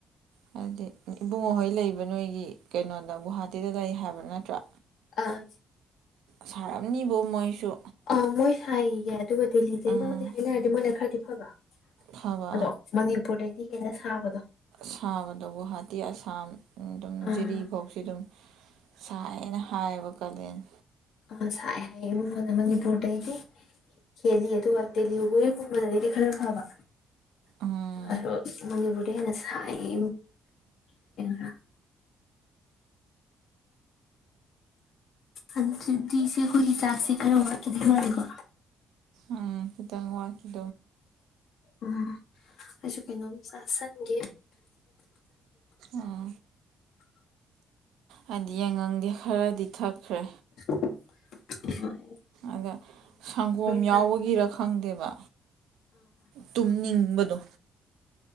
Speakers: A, on the right; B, on the left.
A: ꯍꯥꯏꯗꯤ ꯏꯕꯨꯡꯉꯣꯍꯣꯏ ꯂꯩꯕ ꯅꯣꯏꯒꯤ ꯀꯩꯅꯣꯗ ꯒꯨꯍꯥꯇꯤꯗ ꯂꯩ ꯍꯥꯏꯕ꯭ꯔꯥ ꯅꯠꯇ꯭ꯔꯥ
B: ꯑ
A: ꯁꯥꯔꯝꯅꯤꯕꯨ ꯃꯣꯏꯁꯨ
B: ꯑ ꯃꯣꯏ ꯁꯥꯏꯌꯦꯗꯤ ꯍꯥꯏꯕꯅꯦ ꯑꯗꯨꯕꯨꯗꯤꯂꯤꯗꯦ
A: ꯎꯝ
B: ꯍꯥꯏꯅ ꯍꯥꯏꯗꯤ ꯃꯣꯏꯅ ꯈꯔꯗꯤ <inaudible>
A: ꯐꯕ
B: ꯑꯗꯣ ꯃꯅꯤꯄꯨꯨꯔꯗꯒꯤ ꯑ ꯀꯦꯅ ꯁꯥꯕꯗꯣ
A: ꯁꯕꯗꯚꯨ ꯍꯥꯇꯤ ꯑꯁꯥꯝ ꯑꯗꯨꯝ
B: ꯑꯥ
A: ꯖꯤꯔꯤ ꯐꯥꯎꯁꯤ ꯑꯗꯨꯝ ꯁꯥꯏꯌꯦ ꯑꯩꯅ ꯍꯥꯏꯕ <inaudible>
B: ꯑ ꯁꯥꯏ ꯍꯥꯏ ꯏꯃꯨꯡꯒꯥꯗꯣ ꯃꯅꯤꯄꯨꯔꯗꯩꯗꯤ ꯍꯦꯜꯂꯤ ꯑꯗꯨꯒ ꯇꯦꯂꯤꯒꯨ ꯒꯨꯝꯕꯅꯗꯒꯤꯗꯤ ꯈꯔ ꯐꯕ
A: ꯎꯝ
B: ꯑꯗꯨ ꯃꯅꯤꯄꯨꯔ ꯌꯥꯝ ꯁꯥꯏꯌꯦ ꯍ <inaudible> ꯑꯗꯨꯗꯤ ꯁꯤ ꯑꯩꯈꯣꯏꯒꯤ ꯆꯥꯛꯁꯦ ꯈꯔ ꯋꯥꯠꯀꯗꯣꯏ ꯃꯥꯂꯦꯀꯣ
A: ꯎꯝ ꯈꯤꯇꯪ ꯋꯥꯠ <inaudible>
B: ꯎꯝꯑꯩꯁꯨ ꯀꯩꯅꯣꯝ ꯆꯁꯟ <inaudible>
A: ꯎꯝ ꯍꯥꯏꯗꯤ ꯌꯥꯏꯉꯪꯗꯤ ꯈꯔꯗꯤ ꯊꯛꯈ꯭ꯔꯦ
B: ꯎ <inaudible>
A: ꯑꯗ ꯁꯪꯒꯣꯝ
B: ꯇꯜꯂꯦ
A: ꯌꯥꯎꯕꯒꯤꯔ ꯈꯪꯗꯦꯕ ꯇꯨꯝꯅꯤꯡꯕꯗꯣ